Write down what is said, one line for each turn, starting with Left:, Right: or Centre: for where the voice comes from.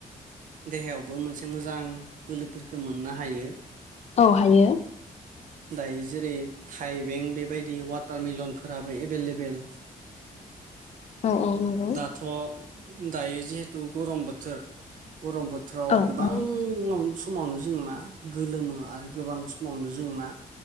Right: देहायावबो मोनसे मोजां बोलोफोरखौ मोननो हायो
Left: औ हायो
Right: दायो जेरै थाइबें बेबायदि वाटार मिलनफोराबो एभेलेबेल
Left: औ औ नंगौ
Right: दाथ' दायो जिहेथु गरम बोथोर गरम बोथोर बोथोराव
Left: औ
Right: गोबां
Left: नंगौ
Right: समावनो जोङो मा गोलोमो आरो गोबां समावनो जोङो मा